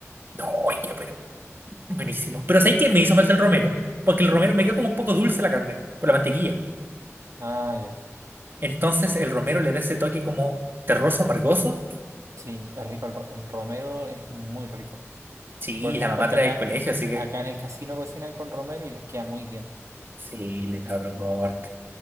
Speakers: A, on the right; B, on the right.
A: No, ay, qué pero buenísimo. Pero ¿sabes qué? Me hizo falta el romero, porque el
B: Mm.
A: romero me quedó como un poco dulce la carne, por la mantequilla.
B: Ah, ya.
A: Entonces el romero le da ese toque como terroso, amargoso.
B: Sí, es rico el, ro- el romero, es muy rico.
A: Sí,
B: Porque,
A: y la mamá
B: porque
A: trae
B: acá,
A: del colegio, así
B: acá
A: que...
B: en el casino cocinan con romero y les queda muy bien.
A: Sí, le da otro corte,